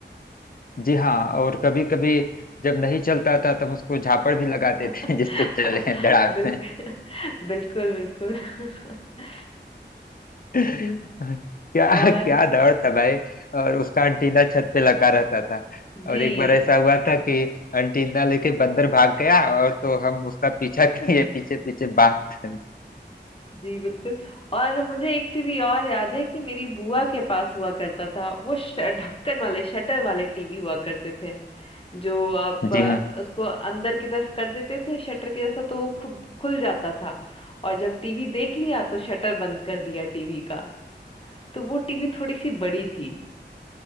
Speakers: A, on the left; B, on the left.
A: जी हाँ और कभी कभी जब नहीं चलता था तब उसको झापड़ भी लगाते
B: <laughs>
A: थे <laughs> जिससे चले धड़ाक
B: बिल्कुल
A: से
B: बिल्कुल बिल्कुल <laughs>
A: हाँ। क्या
B: और
A: क्या दौड़ था भाई और उसका अंटीना छत पे लगा रहता था
B: जी
A: और एक बार ऐसा हुआ था कि अंटीना लेके बंदर भाग गया और तो हम उसका पीछा <laughs> किए पीछे पीछे भागते
B: जी बिल्कुल और मुझे एक टीवी और याद है कि मेरी बुआ के पास हुआ करता था वो श- ढक्कन वाले शटर वाले टीवी हुआ करते थे जो आप
A: जी
B: अ,
A: हाँ।
B: उसको अंदर की तरफ कर देते थे शटर के जैसा तो वो खुद खुल जाता था और जब टीवी देख लिया तो शटर बंद कर दिया टीवी का तो वो टीवी थोड़ी सी बड़ी थी